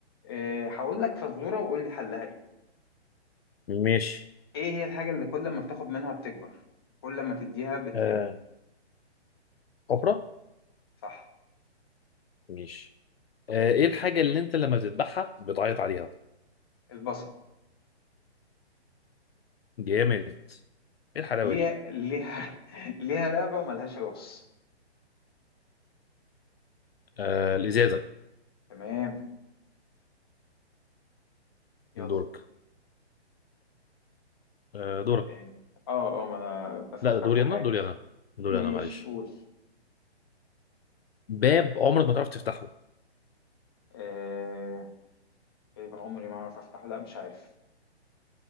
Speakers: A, on the left (about 20°); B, on the left (about 60°).
A: إيه، هقول لك فزورة وقول لي حلها ايه
B: ماشي
A: ايه هي الحاجة اللي كل ما بتاخد منها بتكبر كل ما تديها بتقل
B: آه حفرة
A: صح
B: ماشي آه ايه الحاجة اللي انت لما بتذبحها بتعيط عليها
A: البصل
B: جامد ايه الحلاوة
A: ليها
B: دي
A: ليها <laughs> ليها رقبة وملهاش راس
B: آه الازازة
A: تمام يلا
B: دورك آه دورك
A: إيه، اه اه ما انا بفكر
B: لا ده دوري
A: في حاجة
B: انا دوري انا دوري
A: ماشي
B: انا معلش
A: قول
B: باب عمرك ما تعرف تفتحه
A: ايه إيه بعمري ما اعرف افتحه لا مش عارف